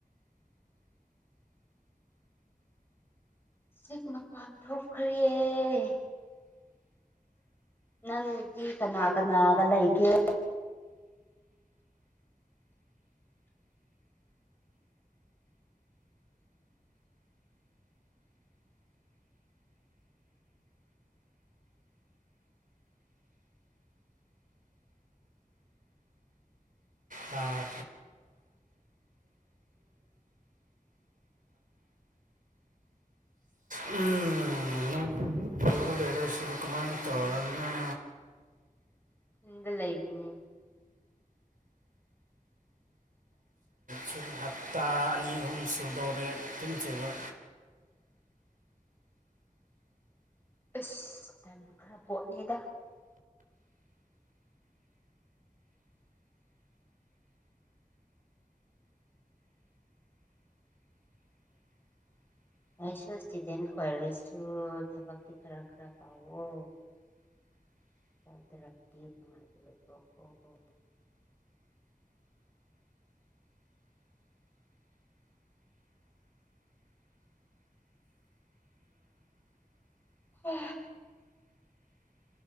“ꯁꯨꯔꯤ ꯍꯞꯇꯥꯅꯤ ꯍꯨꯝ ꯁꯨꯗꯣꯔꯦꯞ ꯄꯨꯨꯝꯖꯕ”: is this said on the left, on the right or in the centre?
Right